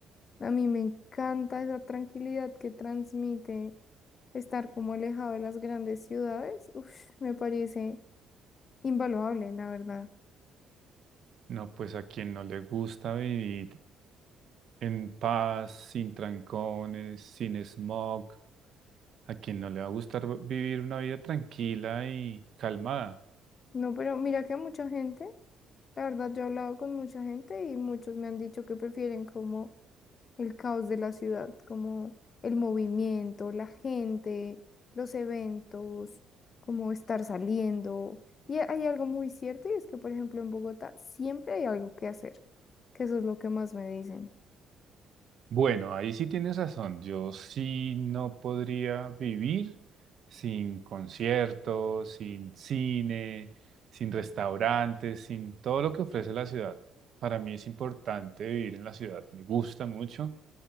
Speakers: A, on the left; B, on the right.
A: a mí me encanta esa tranquilidad que transmite estar como alejado de las grandes ciudades, uf, me parece invaluable, la verdad.
B: No, pues a quien no le gusta vivir en paz, sin trancones, sin smog. ¿A quien no le va a gustar v- vivir una vida tranquila y calmada?
A: No, pero mira que a mucha gente, la verdad, yo he hablado con mucha gente y muchos me han dicho que prefieren como el caos de la ciudad, como el movimiento, la gente, los eventos, como estar saliendo. Y hay algo muy cierto y es que, por ejemplo, en Bogotá siempre hay algo que hacer, que eso es lo que más me dicen.
B: Bueno, ahí sí tienes razón. Yo sí no podría vivir sin conciertos, sin cine, sin restaurantes, sin todo lo que ofrece la ciudad. Para mí es importante vivir en la ciudad. Me gusta mucho.